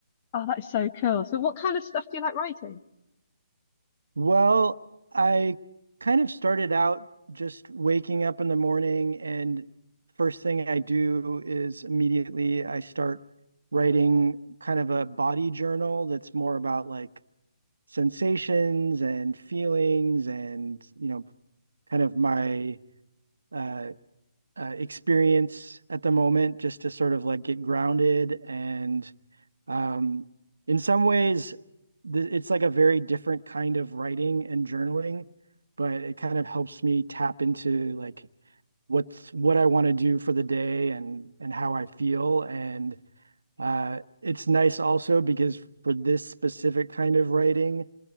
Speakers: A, on the left (about 25°); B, on the right (about 80°).
A: Oh, that is so cool. So what kind of stuff do you like writing?
B: Well, I kind of started out just waking up in the morning, and first thing I do is immediately I start writing kind of a body journal that's more about like sensations and feelings and, you know, kind of my uh, uh experience at the moment just to sort of like get grounded and um, in some ways, th it's like a very different kind of writing and journaling, but it kind of helps me tap into like what's what I want to do for the day and and how I feel. And uh, it's nice also because for this specific kind of writing,